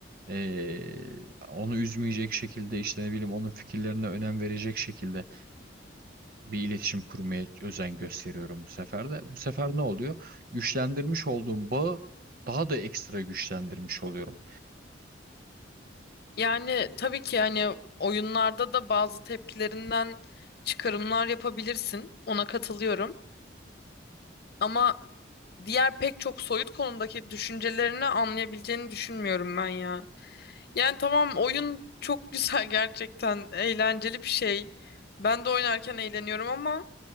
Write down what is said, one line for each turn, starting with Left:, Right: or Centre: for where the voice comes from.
Right: eee, onu üzmeyecek şekilde işte ne bileyim onun fikirlerine önem verecek şekilde bir iletişim kurmaya özen gösteriyorum bu sefer de. Bu sefer ne oluyor? Güçlendirmiş olduğum bağı daha da ekstra güçlendirmiş oluyorum.
Left: Yani tabii ki hani oyunlarda da bazı tepkilerinden çıkarımlar yapabilirsin. Ona katılıyorum. Ama diğer pek çok soyut konudaki düşüncelerini anlayabileceğini düşünmüyorum ben ya. Yani tamam oyun çok güzel gerçekten eğlenceli bir şey. Ben de oynarken eğleniyorum ama